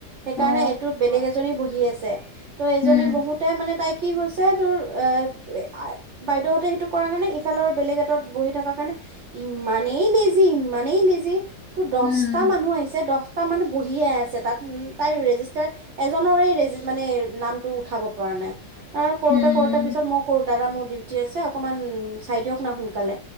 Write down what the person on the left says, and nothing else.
অ
উম
উম,
উম,